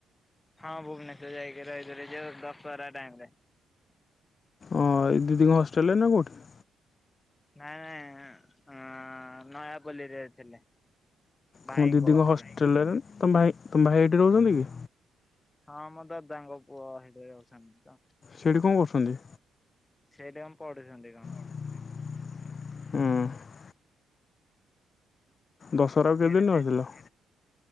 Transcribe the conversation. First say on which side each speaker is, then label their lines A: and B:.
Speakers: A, on the left; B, on the left.
A: ହଁ ଭୁବନେଶ୍ୱର ଯାଇକି ରହିଥିଲି ଯୋଉ ଦଶହରା ଟାଇମ ରେ।
B: ହଁ ଏ ଦିଦିଙ୍କ ହଷ୍ଟେଲ ରେ ନା କଉଠି
A: ନାଇଁ ନାଇଁ ନୟାପଲ୍ଲୀରେ ଥିଲେ। ଭାଇଙ୍କ
B: ମୋ ଦିଦିଙ୍କ
A: ପାଖରେ।
B: ହୋଷ୍ଟଲ୍ ରେ ତମ ଭାଇ ତମ ଭାଇ ଏଇଠି ରହୁଛନ୍ତି କି?
A: ହଁ ମୋ ଦଦାଙ୍କ ପୁଅ ହେଲେ ଅଛନ୍ତି ତ
B: ସେଇଠି କଣ କରୁଛନ୍ତି?
A: ସେଠ ଆମ ପଢୁଛନ୍ତି କଣ।
B: ହୁଁ। ଦଶହରା
A: ସିଆଡେ
B: କୁ କେତେ ଦିନ
A: ସେ
B: ରହିଥିଲା।